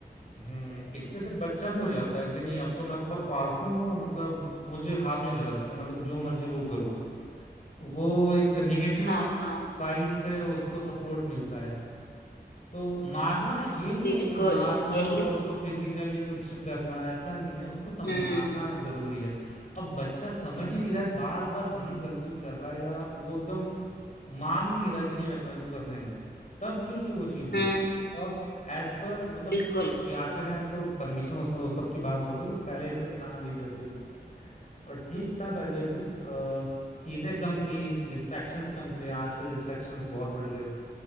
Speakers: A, on the left; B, on the left.
A: हम्म इससे फिर बच्चा भी हो जाता है कि नहीं अब तो मैं तो बहुत पावरफुल हूँ मतलब मुझे हाथ भी नहीं लगा सकते मैं तो जो मर्जी वो करूँ वो एक निगेटिव
B: हाँ हाँ,
A: साइड से उसको सपोर्ट मिलता है तो मारना ये नहीं
B: बिल्कुल
A: है कि मारना
B: यही
A: और उसको
B: तो
A: फिजिकली कुछ करना ऐसा नहीं है उसको समझाना
B: हम्म
A: जरूरी है अब बच्चा समझ ही नहीं रहा है बार बार वही गलती कर रहा है या वो एकदम मान ही नहीं रहा कि नहीं भाई मेरे को करना ही नहीं तब के लिए वो चीज होती
B: हम्म
A: है और एज पर मतलब
B: बिल्कुल
A: अभी आज के टाइम तो परमिशन वो सब वो सब की बात हो गई बट पहले ये सब कहाँ ली जाती थी और ठीक था पहले भी अ, चीजें कम थी डिस्ट्रैक्शंस कम थे आजकल डिस्ट्रैक्शंस बहुत बढ़ गए